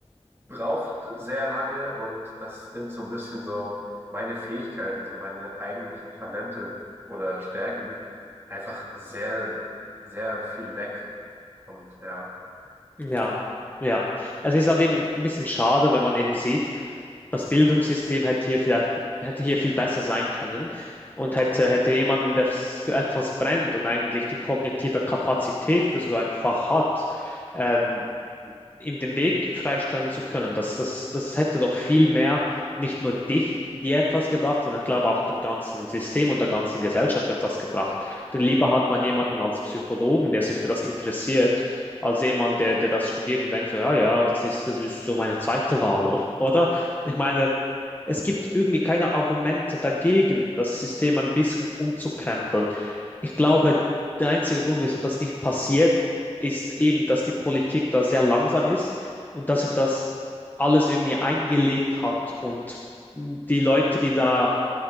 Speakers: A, on the right; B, on the left.
A: braucht sehr lange und das nimmt so ein bisschen so meine Fähigkeiten, so meine eigentlichen Talente oder Stärken einfach sehr, sehr viel weg. Und ja.
B: Ja, ja. Also Es ist halt eben ein bisschen schade, wenn man eben sieht, das Bildungssystem hätte hier vielleicht, hätte hier viel besser sein können und hätte, hätte jemanden, der s- für etwas brennt und eigentlich die kognitive Kapazität für so ein Fach hat, ähm, ihm den Weg freistellen zu können. Das, das, das hätte doch viel mehr nicht nur dich, dir etwas gebracht, sondern ich glaube auch dem ganzen System und der ganzen Gesellschaft etwas gebracht. Denn lieber hat man jemanden als Psychologen, der sich für das interessiert, als jemand, der, der das studiert und denkt so, ja, ja, das ist, das ist so meine zweite Wahl, o- oder? Ich meine, es gibt irgendwie keine Argumente dagegen, das System ein bisschen umzukrempeln. Ich glaube, der einzige Grund, wieso das nicht passiert, ist eben, dass die Politik da sehr langsam ist und dass sich das alles irgendwie eingelebt hat und die Leute, die da